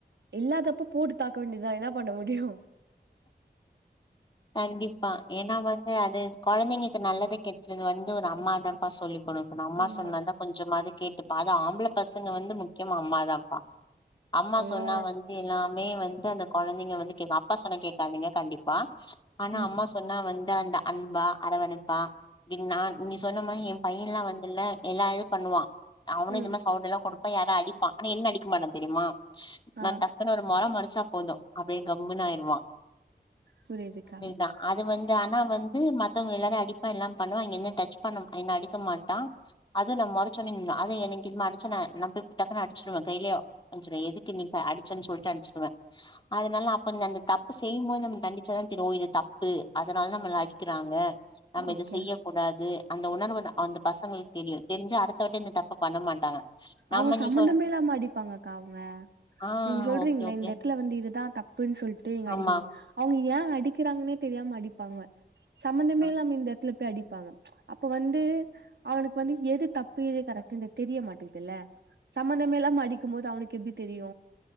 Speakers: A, on the right (about 80°); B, on the left (about 25°).
A: இல்லாத்தப்ப போட்டு தாக்க வேண்டியதா என்ன பண்ண முடியு
B: கண்டிப்பா ஏன்னா வந்து அது கொழந்தைங்களுக்கு நல்லது கெட்டுறது வந்து ஒரு அம்மாதாப்பா சொல்லிக் கொடுக் அம்மா
A: ஆமா
B: சொன்ன தா கொஞ்சமாவது கேட்டுப்பா அது ஆம்பள பசங்க வந்து முக்கியமா அம்மாதாபா அம்மா
A: ஐயோ
B: சொன்னா வந் எல்லாமே வந்து அந்த கொழந்தைங்க வந்து கேப் அப்பா சொன்ன கேக்காதிங்க கண்டிப்பா ஆனா
A: ம்
B: அம்மா சொ சொன்னா வந்து அந்த அன்பா அரவனைப்பா ப்படின் நா நீ சொன்ன மாரி எ பையலா வந்துல எல்லா இது பண்ணுவா அவனு
A: ம்
B: இந்த மாரி சௌட் எல்லா கொடுப்பா யாரா அடிப்பா ஆனா என்ன அடிக்க மாட்டா தெரியுமா
A: ஆ
B: நா த <unintelligible> மொற மொறச்சா போது அப்டியே கம்முனு ஆயிடுவா
A: புரியுதுக்கா
B: தா அது வந்து ஆனா
A: ம்
B: வந்து மத்தவங்க எல்லாரு அடிப்பா எல்லா பண்ணுவா என்ன டச் பண்ண என்ன அடிக்க மாட்டா அது நா மொறச்சடுனே நின்று அவே என்னைக்கு இம அடிச்ச ந டக்குனு அடிச்சுடுவே கையலயோ அடிச்சிடுவே எதுக்கு நீங்க அடிச்சன்ன சொல்லிட்டு அனுச்சிடுவே அதனால அப்ப அந்த தப்பு செய்யும்போது நம்ம தண்டிச்சா தா தெரியு ஒ இது தப்பு அதனால நம்மள அடிக்கிறாங்க நம்ம
A: ஓகே
B: இத செய்ய கூடாது அந்த உணர்வு அந்த பசங்களுக்கு தெரியு தெரிஞ்சா அடுத்தவட்டி அந்த தப்ப பண்ண மாட்டாங்க
A: அவங்க
B: நம்ம
A: சம்பந்தமே
B: நீ சொன்
A: இல்லாம அடிப்பாங்கக்கா அவங்க
B: ஆ
A: நீங்க சொல்றீங்கள
B: ஓகே ஓகே
A: இந்த இடத்துல வந்து இதுதா தப்புன்னு சொல்ட்டு நீங்க அடிப்பீங்க
B: ஆமா
A: அவங்க ஏ அடிக்கிறாங்கன்னே தெரியாம அடிப்பாங்க சம்பந்தமே
B: ஆ
A: இல்லாம இந்த இடத்துல போய் அடி ப்ப அப்ப வந்து அவனுக்கு வந்து எது தப்பு எது கரெக்டுனு தெரிய மாட்டே ல்ல சம்பந்தமே இல்லா அடிக்கும் போது அவனுக்கு எப்டி தெரியு